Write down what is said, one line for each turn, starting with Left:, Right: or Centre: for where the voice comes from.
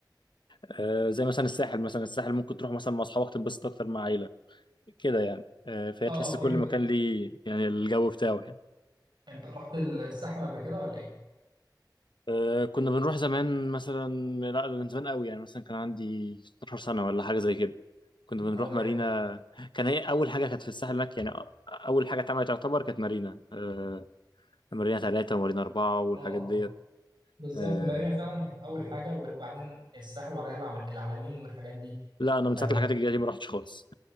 Left: آه، زي مثلا الساحل مثلا الساحل ممكن تروح مثلا مع أصحابك تنبسط أكتر مع عيلة كده يعني آه، فهي
Right: اه
Left: تحس
Right: اه فهمت
Left: كل مكان ليه يعني الجو بتاعه يعني
Right: انت رحت الساحل قبل كده ولا ايه؟
Left: آه، كنا بنروح زمان مثلا لا ده من زمان قوي يعني مثلا كان عندي 16 سنة ولا حاجة زي كده كنا بنروح
Right: اه
Left: مارينا
Right: يعني
Left: كان هي أول حاجة كانت في الساحل هناك يعني أول حاجة اتعملت تعتبر كانت مارينا آه، مارينا ثلاثة ومارينا أربعة والحاجات
Right: اه اه
Left: ديت
Right: بالظبط
Left: آه.
Right: مارينا فعلا كانت اول حاجه وبعدين الساحل وبعدين العم- العلمين والحاجات دي
Left: لا أنا من ساعة
Right: آه،
Left: الحاجات الجديدة دي ما رحتش خالص